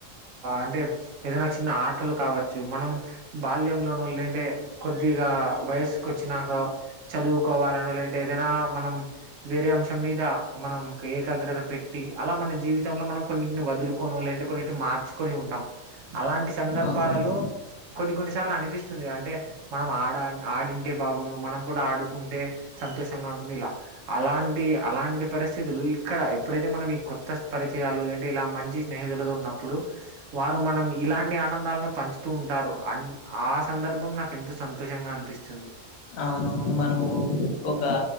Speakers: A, on the right; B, on the left.
A: అంటే ఏదైనా చిన్న ఆటలు కావ మనం బాల్యంలోనో లేంటే కొద్దిగా వయసుకు వచ్చినాక చదువుకోవాలను లేంటే ఏదైన మనం వేరే అంశం మీద మనం ఏకాగ్రత పెట్టి అల మన జీ <unintelligible> లో మనం కొన్నింటిని వదులుకొను లేదే కొన్నింటి మార్చుకొని ఉంటాం అలాంటి సందర్భాలలో
B: అవును
A: కొన్ని కొన్నిసార్లు అనిపిస్తుంది అంటే మనం ఆడ ఆడింటే బాగుండు మనం కూడా ఆడుకుంటే సంతోషంగా ఉంటుంది ఇలా అలాంటి అలాంటి పరిస్థితులు ఇక్కడ ఎప్పుడైతే మనం ఈ కొత్త పరిచయాలు ఏంటే ఇల మంచి స్నేహితులతో ఉన్నప్పుడు వారు మనం ఇలాంటి ఆనందాలను పంచు <unintelligible> ఉంటారు అ ఆ సందర్భం నాకు ఎంతో సంతోషంగా అనిపిస్తుంది
B: అవునవును మనము ఒక